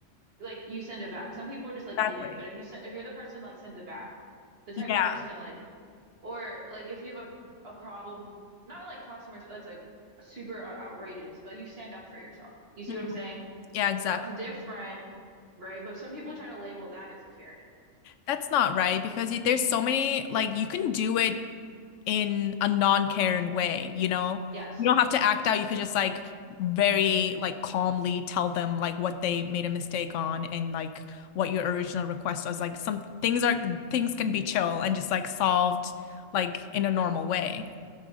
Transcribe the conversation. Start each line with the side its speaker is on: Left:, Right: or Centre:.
Right: like you send it back. Some people would just like
Left: Exactly.
Right: eat it, but if you se- if you're the person like sends it back, the type
Left: Yeah.
Right: of person to like or like if you have a a problem, not like customers that's like super uh, outrageous, but you stand up for yourself. You see
Left: Mm-hmm.
Right: what I'm saying?
Left: Yeah, exactly.
Right: That's different, right? But some people try to label that as a Karen.
Left: That's not right because y- there's so many, like, you can do it in a non-Karen way, you know?
Right: Yes.
Left: You don't have to act out. You could just, like, very, like, calmly tell them, like, what they made a mistake on and, like, what your original request was. Like, some things are, things can be chill and just, like, solved, like, in a normal way.